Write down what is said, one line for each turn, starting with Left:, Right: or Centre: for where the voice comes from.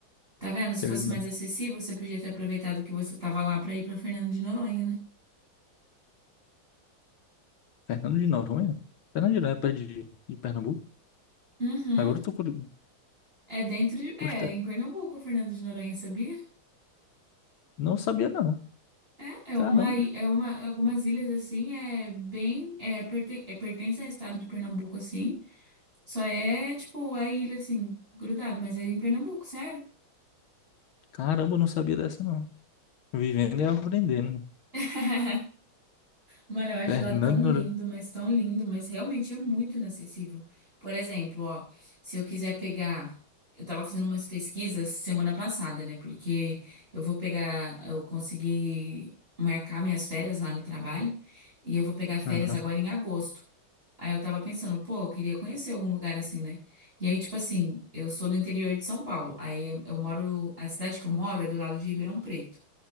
Right: Tá vendo? Se
Left: Querendo,
Right: fosse mais
Left: ou não.
Right: acessível, você podia ter aproveitado que você tava lá pra ir pra Fernando de Noronha, né?
Left: Fernando de Noronha? Fernando de Noronha é perto de, de Pernambuco?
Right: Uhum.
Left: Agora eu tô curioso.
Right: É dentro de... É,
Left: Poxa,
Right: em Pernambuco, Fernando de Noronha, sabia?
Left: não sabia, não.
Right: É, é uma...
Left: Caramba.
Right: i- É uma... Algumas ilhas, assim, é bem... É, perten... é pertence ao estado do Pernambuco, assim. Só é, tipo, a ilha, assim, grudado. Mas é em Pernambuco, sério.
Left: Caramba, eu não sabia dessa, não. Vivendo e aprendendo.
Right: <laughs> Mano, eu acho
Left: Fernando
Right: lá tão lindo,
Left: de Noronha.
Right: mas tão lindo, mas realmente é muito inacessível. Por exemplo, ó, se eu quiser pegar. Eu tava fazendo umas pesquisas semana passada, né? Porque eu vou pegar. Eu consegui marcar minhas férias lá no trabalho e eu vou pegar férias
Left: Aham.
Right: agora em agosto. Aí eu tava pensando, pô, eu queria conhecer algum lugar assim, né? E aí, tipo assim, eu sou do interior de São Paulo. Aí eu moro. A cidade que eu moro é do lado de Ribeirão Preto.